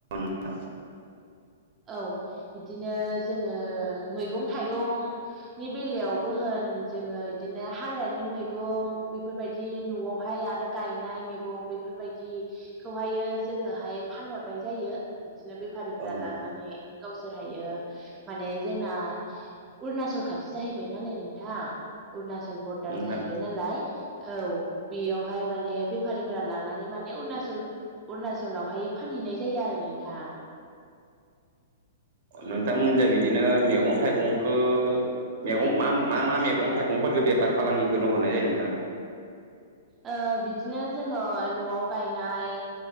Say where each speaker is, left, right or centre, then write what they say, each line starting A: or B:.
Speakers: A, on the right; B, on the right.
A: <inaudible>
B: औ इदिनो जोङो मैगं थाइगं नि बेलायावबो होन जोङो बिदिनो हाग्रानि मैगं बे फोरबायदि न'आवहाय आरो गायनाय मेगं बेफोरबायदि खौहायो जोङोहाय फानहरनाय जायो बिदिनो बेफारिफोरा
A: औ नोंथां
B: लांनानै गावसोर हायो माने जोंना उरणाचल खाथि जाहैबाय नालाय नोंथां अरुणचल बरदार
A: नोंथां
B: जाहैबाय नालाय औ बेयावहाय माने बेफारिफोरा लांनानै माने अरुणाचल अरुणाचलावहाय फानहैनाय जायो आरो नोंथां।
A: नोंथांमोनजाय बिदिनो मेगं थाइगंखौ मेगं मा मा मा मेगं थाइगंफोरखौ बेफार फालांगिफोरनो हरनाय जायो नोंथां?
B: ओ बिदिनो जोङो न'आव गायनाय